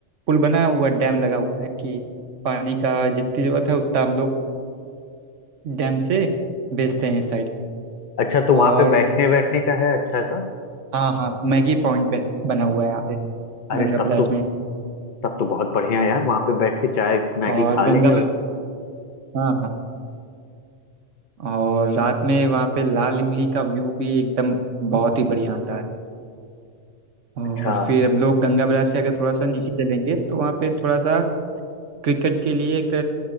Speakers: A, on the right (about 80°); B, on the left (about 50°).
A: पुल बना हुआ डैम लगा हुआ है कि पानी का जितनी ज़रूरत है उतना हम लोग डैम से बेचते हैं इस साइड
B: अच्छा तो वहां
A: और
B: पे बैठने बैठने का है अच्छा सा
A: हाँ हाँ मैगी पॉइंट पे बना हुआ है यहाँ पे
B: अरे
A: गंगा
B: तब
A: ब्रिज
B: तो
A: में
B: तब तो बहुत बढ़िया यार वहां पे बैठ के चाय मैगी
A: और
B: खा लेंगे
A: गंगा ब्रिज
B: उस
A: हाँ हाँ और रात में वहाँ पे लाल इमली का व्यू भी एकदम बहुत ही बढ़िया आता है और
B: अच्छा
A: फिर हम लोग गंगा ब्रिज के अगर थोड़ा सा नीचे चलेंगे तो वहाँ पे थोड़ा सा क्रिकेट के लिए एक